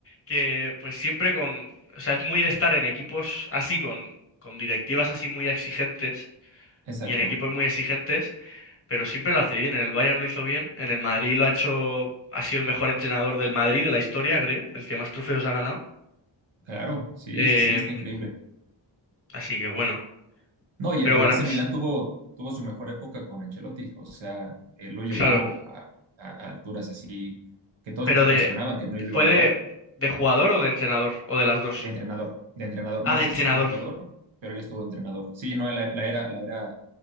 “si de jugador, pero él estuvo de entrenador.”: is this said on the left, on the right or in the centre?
Right